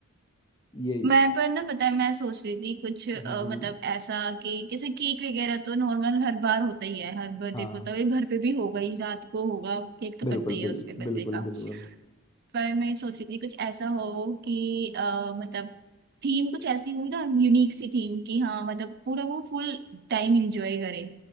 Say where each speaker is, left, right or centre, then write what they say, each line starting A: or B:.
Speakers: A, on the left (about 20°); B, on the right (about 50°).
A: <laughs> यही
B: मैं पर ना पता है मैं सोच रही थी कुछ अ,
A: हम्म हम्म,
B: मतलब ऐसा कि जैसे केक वगैरह तो नॉर्मल हर बार होता ही है हर बर्थडे
A: हाँ
B: को तो ये घर पे भी होगा ही रात को होगा केक तो
A: बिल्कुल
B: कटता ही
A: बिल्कुल
B: है उसके
A: बिल्कुल
B: बर्थडे का
A: बिल्कुल
B: पर मैं सोच रही थी कुछ ऐसा हो कि अ, मतलब थीम कुछ ऐसी हुई ना यूनिक सी थीम कि हाँ मतलब पूरा वो फुल टाइम एंजॉय करे